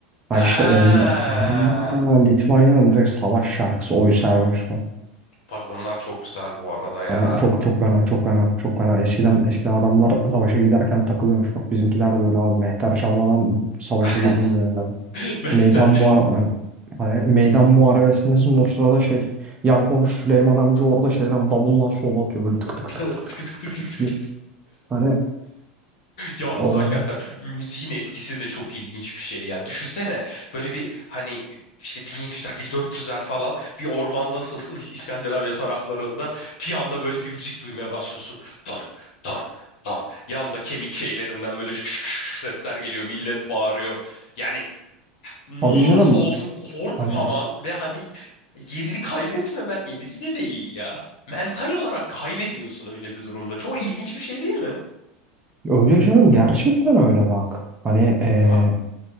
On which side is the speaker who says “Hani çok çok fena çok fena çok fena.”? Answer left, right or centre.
Right